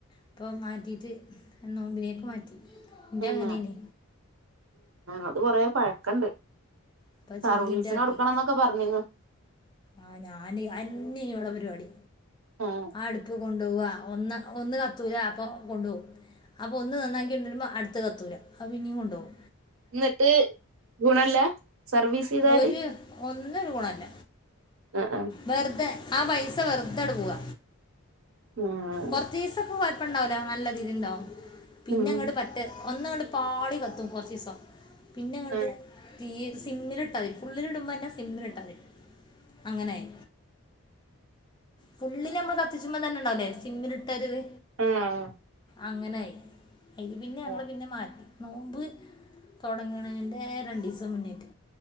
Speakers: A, on the left; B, on the right.
A: ഇപ്പൊ മാറ്റിയിട്ട് നോമ്പിനേക്ക് മാറ്റി എൻ്റെ
B: ഉം
A: അങ്ങനെയാണ്
B: അത് കൊറെ പഴക്കണ്ട്
A: ഇപ്പം
B: സർവീസിന്
A: ചില്ലിൻ്റെ ആക്കി
B: കൊടുക്കണംന്നൊക്കെ പറഞ്ഞിന്ന്-
A: ആ ഞാന് അത് തന്നെ ഇനിയൊള്ളപരിപാടി
B: ആഹ്
A: ആ അടുപ്പ് കൊണ്ട്- കൊണ്ട്പോവാ ഒന്ന് ഒന്ന് കത്തൂല അപ്പൊ കൊണ്ടു പോവും അപ്പോ ഒന്ന് നന്നാക്കി കൊണ്ട്ര് ര്മ്പോ അട്ത്ത കത്തൂല അപ്പം പിന്നിം കൊണ്ടോവും
B: ന്നട്ട് ഗുണല്ല സർവീസ് ചെയ്താല്
A: ഒര് ഒന്നര് ഗുണല്ല
B: ആ ആ
A: വെർതെ ആ പൈസ വെർതാണ്ട് പോവ
B: ആഹ്
A: കൊർചീസൊക്ക വ പ്പ ഇണ്ടാവൂല നല്ല രീതീല് ഇണ്ടാവും പിന്നെ
B: ഉം
A: അങ്ങോട്ട് പറ്റേ ഒന്ന് അങ്ങട്ട് പാളി കത്തും കൊർചീസം പിന്നെ അങ്ങട്ട്
B: ആഹ്
A: തിയ്യ് സിമ്മിലിട്ടാ മതി ഫുള്ളില്ടുമ്പോന്നെ സിമ്മിലിട്ടാ മതി അങ്ങനെയി ഫുള്ളില് നമ്മള് കത്തിച്ചുമ്പം തന്നെ ഇണ്ടാവൂലെ സിമ്മിലിട്ട ഒര് ഇത്
B: ആഹ്
A: അങ്ങനെയി അയില് പിന്നെ ഞങ്ങള്
B: ആഹ്
A: പിന്നെ മാറ്റി നോമ്പ് തോട്ങ്ണെൻ്റെ രണ്ടീസം മുന്നേയ്റ്റ്